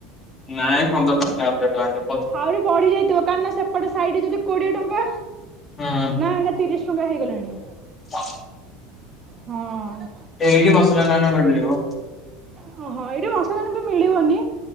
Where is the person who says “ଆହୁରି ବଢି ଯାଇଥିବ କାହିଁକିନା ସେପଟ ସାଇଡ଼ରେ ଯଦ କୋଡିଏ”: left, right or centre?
Right